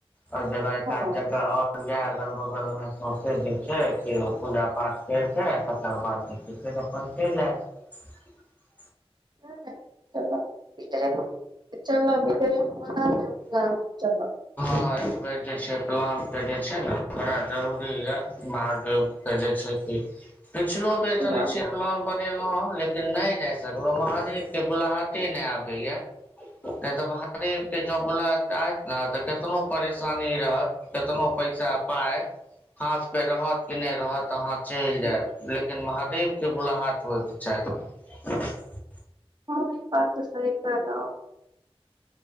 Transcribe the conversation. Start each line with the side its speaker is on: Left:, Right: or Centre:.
Left: ह जगह सात
Right: हँ
Left: जगह आ गय अगल बगल मेमे सोचते <unintelligible> छै पूजा पाठ करिकऽ तकर बाद जे छै फेर अपन चलि जायत ह
Right: च चलभी च <unintelligible>
Left: ह एक बेर जे छै प्लान के जे छै ने बड़ा जरूरी ये महादेव के जे छै पिछलो बेर
Right: पूजाब
Left: जानै छिय प्लान बनेलो ह लेकिन नहि जाय सगलो महादेव के बुलाहाटे नहि आबे या ने तऽ महादेव के बुलाहट आयत ने त केतनो परेशानी रहत केतनो पैसा पाय हाथ पे रहत की नहि रहत अहाँ चलि जायब लेकिन महादेव के बुलाहट होय के चाही <unintelligible>
Right: हँ ई बात सही कहलौ